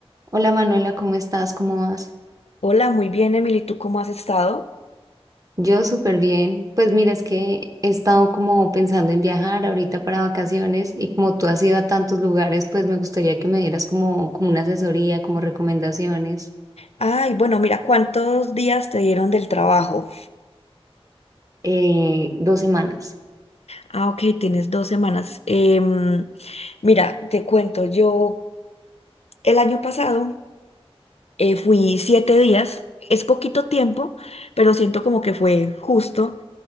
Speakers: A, on the right; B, on the left.
A: Hola Manuela, ¿cómo estás? ¿Cómo vas?
B: Hola, muy bien, Emily, ¿tú cómo has estado?
A: Yo súper bien. Pues mira, es que he estado como pensando en viajar ahorita para vacaciones y como tú has ido a tantos lugares, pues me gustaría que me dieras como, como una asesoría, como recomendaciones.
B: Ay, bueno, mira, ¿cuántos días te dieron del trabajo?
A: Eh, dos semanas.
B: Ah, ok, tienes dos semanas. Em, mira, te cuento, yo el año pasado eh, fui siete días, es poquito tiempo, pero siento como que fue justo.